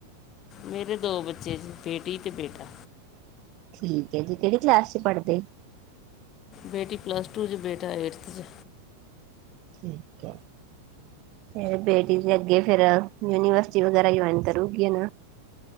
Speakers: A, on the left; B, on the right.
A: ਮੇਰੇ ਦੋ ਬੱਚੇ ਆ ਜੀ ਬੇਟੀ ਤੇ ਬੇਟਾ।
B: ਠੀਕ ਹੈ ਜੀ, ਕਿਹੜੀ ਕਲਾਸ ਚ ਪੜਦੇ?
A: ਬੇਟੀ ਪਲੱਸ ਟੂ 'ਚ ਬੇਟਾ ਏਰਥ 'ਚ।
B: ਠੀਕ ਹੈ, ਫੇਰ ਬੇਟੀ ਦੇ ਅੱਗੇ ਫੇਰ ਯੂਨੀਵਰ ਸਿਟੀ ਵਗੈਰਾ ਜੁਆਇੰਨ ਕਰੂ ਗੀ ਨਾ।